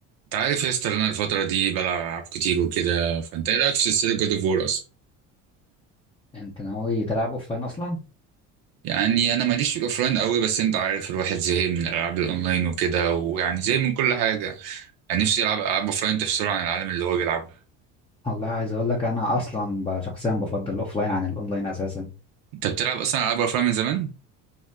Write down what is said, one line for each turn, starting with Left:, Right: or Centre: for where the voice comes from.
Right: انت عارف يا اسطى إن انا الفترة دي بلعب ألعاب كتير وكده فانت ايه رأيك في سلسلة جود اوف وور اصلا؟
Left: انت ناوي تلعب اوفلاين اصلا
Right: يعني انا ماليش في الاوفلاين قوي بس انت عارف الواحد زهق من الالعاب الاونلاين وكده ويعني زي من كل حاجة يعني نفسي يلعب العاب اوفلاين تفصله عن العالم اللي هو بيلعبه
Left: والله عايز اقول لك انا اصلا ب- شخصيا بفضل الاوفلاين عن الاونلاين اساسا
Right: انت بتلعب اصلا العاب اوفلاين من زمان؟